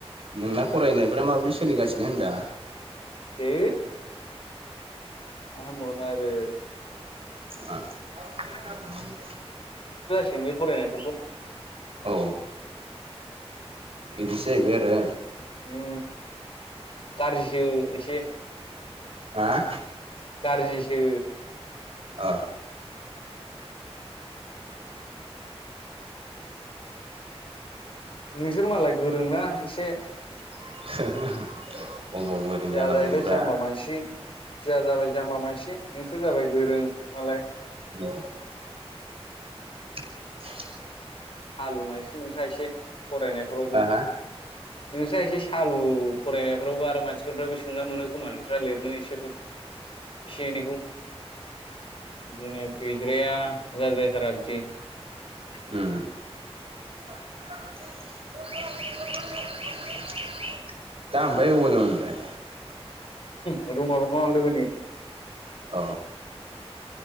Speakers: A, on the right (about 60°); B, on the left (about 60°).
A: नोंना फरायनायफ्रा माबायदि सोलिगासिनो होनदां
B: ए मा होनबावनो आरो
A: औ
B: नोंनि फरायनाय फोरखौ
A: औ बिदिसोजाहैबाय आरो
B: उ गार जिसो एसे
A: ह
B: गारजिसो
A: आ
B: नोंसोर मालाय गोरोंना एसे
A: <unintelligible>
B: जाहा
A: जालाबायनोब्रा
B: जाहैबाय जाम्बा मानसि जा जाबाय जाम्बा मानसि नों सोर जाबाय गोरों मालाय
A: औ <unintelligible>
B: सालु मानसि नोंस्रा एसे फरायनायफोरावबो
A: हा दा
B: नोंस्रा एसे सालु- फरायनायफ्रावबो आरो मानसिफोरफ्रायबो सोङा मोनो खोमा नोंस्रा लिरनो एसेफोर एसे एनैखौ बिदिनो गैद्राया जाद्रायाथारा बिदि- दे
A: उ <unintelligible> दा ओमफ्राय वबेआव दं नोंलाय?
B: उ रूमाव रुमाव लोगोनि-
A: अ